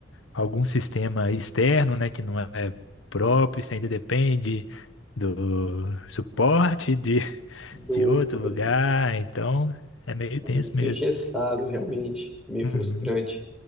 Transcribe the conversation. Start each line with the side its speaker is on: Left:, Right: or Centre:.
Left: algum sistema externo, né, que não é próprio, você ainda depende do suporte de, <laughs>
Centre: do
Left: de outro
Centre: outro,
Left: lugar, então é meio
Centre: é
Left: tenso
Centre: muito
Left: mesmo.
Centre: engessado, realmente, meio frustrante.
Left: Uhum,